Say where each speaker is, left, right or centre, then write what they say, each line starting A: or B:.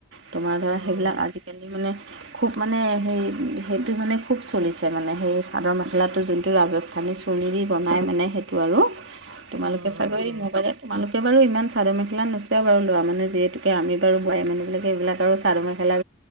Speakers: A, on the right; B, on the right.
A: তোমাৰ ধৰা
B: হয়
A: সেইবিলাক আজি কি মানে খুব মানে হে সেইটো মানে খুব চলিছে মানে সেই চাদৰ মেখেলাটো যোনটো ৰাজস্থানী চৰ্ণি দি বনায় মানে সেইটো আৰু তোমালোকে
B: উম উম
A: এই মোবাইলত তোমালোকে বাৰু ইমান চাদৰ মেখেলা এই নোচোৱা বাৰু ল'ৰা মানুহ যিহেতুকে আমি বাৰু বোৱাৰী মানুহবিলাকে এইবিলাক আৰু চাদৰ মেখেলা